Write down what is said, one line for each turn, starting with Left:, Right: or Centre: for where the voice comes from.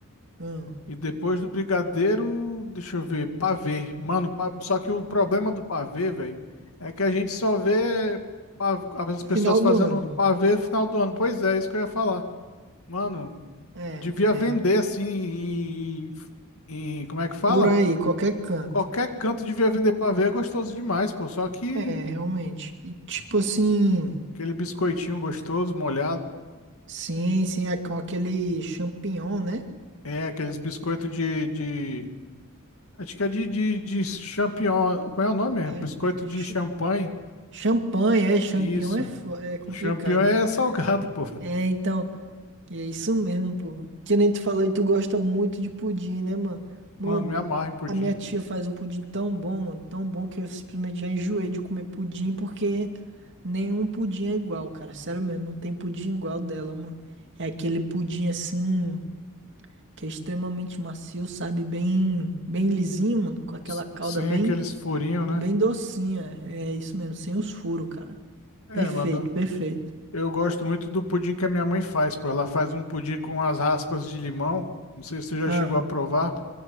Right: Hum.
Left: e depois do brigadeiro, deixa eu ver, pavê. Mano, pa- só que o problema do pavê, velho, é que a gente só vê pa- as pessoas
Right: Final
Left: fazendo
Right: do ano.
Left: pavê no final do ano. Pois é, isso que eu ia falar. Mano,
Right: É,
Left: devia
Right: é.
Left: vender assim em, em- Como é que fala?
Right: Por aí, qualquer canto.
Left: Qualquer canto devia vender pavê, é gostoso demais, pô. Só que
Right: É, realmente. E tipo assim,
Left: aquele biscoitinho gostoso, molhado.
Right: sim, sim, é com aquele champignon, né?
Left: É, aqueles biscoitos de, de. Acho que é de, de, de champignon. Como é o nome? É
Right: É.
Left: Biscoito
Right: Ch-
Left: de champanhe.
Right: Champanhe, é, champignon
Left: Isso.
Right: é, fo- é complicado,
Left: Champignon é
Right: né?
Left: salgado, pô.
Right: É, então. E é isso mesmo, pô. Que nem tu falou e tu gosta muito de pudim, né, mano? Mano,
Left: Mano, me amarre pudim.
Right: a minha tia faz um pudim tão bom, mano, tão bom que eu simplesmente já enjoei de comer pudim porque nenhum pudim é igual, cara. Sério mesmo, não tem pudim igual dela, mano. É aquele pudim assim que é extremamente macio, sabe? Bem, bem lisinho, mano, com aquela
Left: S-
Right: calda
Left: Sem
Right: bem,
Left: aqueles furinhos, né?
Right: bem docinha. É isso mesmo, sem os furos, cara.
Left: É,
Right: Perfeito,
Left: mano.
Right: perfeito.
Left: Eu gosto muito do pudim que a minha mãe faz, pô. Ela faz um pudim com as raspas de limão. Não sei se você já
Right: Ah,
Left: chegou a provar.